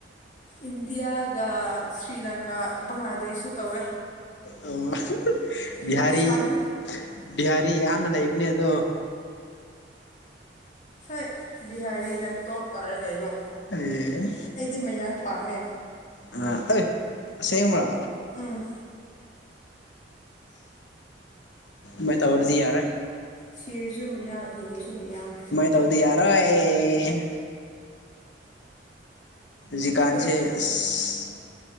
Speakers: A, on the left; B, on the left.
A: ꯏꯟꯗꯤꯌꯥꯒ ꯁ꯭ꯔꯤ ꯂꯪꯀꯥ ꯕꯪꯒ꯭ꯂꯥꯗꯦꯁꯁꯨ ꯇꯧꯋꯦ
B: ꯑꯣ ꯕꯤꯍꯥꯔꯤ
A: ꯄꯥꯀꯤꯁꯇꯥꯟꯁꯨ
B: ꯕꯤꯍꯥꯔꯤ ꯌꯥꯝꯅ ꯂꯩꯕꯅꯦ ꯑꯗꯣ
A: ꯍꯣꯏ ꯕꯤꯍꯥꯔꯤꯅ ꯇꯣꯞ ꯇꯥꯔꯦ ꯀꯩꯅꯣ
B: ꯑꯦ
A: ꯑꯩꯗꯤ ꯃꯌꯥꯡ ꯄꯥꯝꯃꯦ
B: ꯑ ꯑꯦ ꯑꯁꯦꯡꯕ꯭ꯔꯥ
A: ꯎꯝ
B: ꯃ ꯇꯧꯔꯗꯤ ꯌꯥꯔꯦ꯫
A: ꯁꯤꯔꯁꯨ ꯃꯌꯥꯡ ꯍꯤꯡꯁꯨ ꯃꯌꯥꯡ꯫
B: ꯇꯧꯗꯤ ꯌꯥꯔꯣꯏ꫰꫰ ꯖꯤ ꯀꯥꯟꯁꯦ
A: ꯍꯣꯏ
B: ꯑꯁ